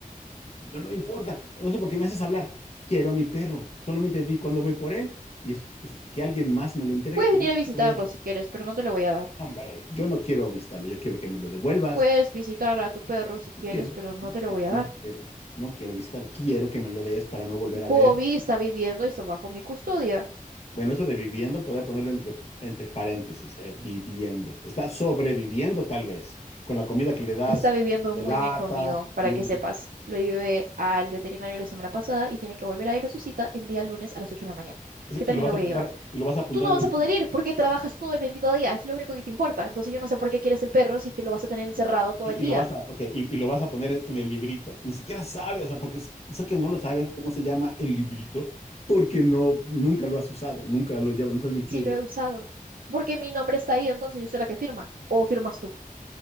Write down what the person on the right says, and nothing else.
Puedes
venir a visitarlo
si quieres, pero no te lo voy a dar.
Puedes visitar a tu perro si quieres,
pero no
te lo
voy a
dar.
Bobby
está viviendo y está bajo mi custodia.
está viviendo
muy
bien conmigo, para
que sepas. Lo llevé al veterinario la semana pasada y tiene que volver a ir a su cita el día lunes a las 8 de la mañana,
que también
la
voy
a llevar.
Tú no vas
a poder ir porque trabajas todo el bendito día, es lo único que te importa. Entonces yo no sé por qué quieres el perro si es que lo vas a tener encerrado todo
el día.
Si lo
he usado. Porque mi nombre está ahí, entonces yo soy la que firma. ¿O firmas tú?